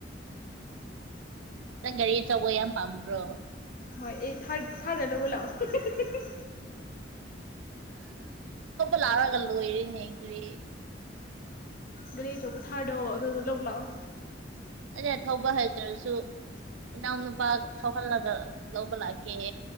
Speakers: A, on the right; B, on the left.
A: ꯅꯪ ꯒꯥꯔꯤ ꯑꯆꯧꯕ ꯌꯥꯝ ꯄꯥꯝꯕ꯭ꯔꯣ
B: ꯍꯣꯏ ꯑꯩ ꯊꯔ ꯊꯔꯗ ꯂꯧꯕꯥ ꯂꯛꯑꯣ
A: ꯂꯥꯔꯒ ꯂꯣꯏꯔꯤꯅ꯭ꯔꯤ
B: ꯒꯥꯔꯤꯆꯧꯕ ꯊꯥꯔꯗꯣ ꯑꯗꯨꯗ ꯂꯧꯕ ꯂꯥꯛꯑꯣ
A: ꯑꯩꯅ ꯊꯧꯕ ꯍꯥꯏꯇ꯭ꯔꯁꯨ ꯏꯅꯥꯎꯅꯨꯄꯥ ꯊꯧꯍꯜꯂꯒ ꯂꯧꯕ ꯂꯥꯛꯀꯦ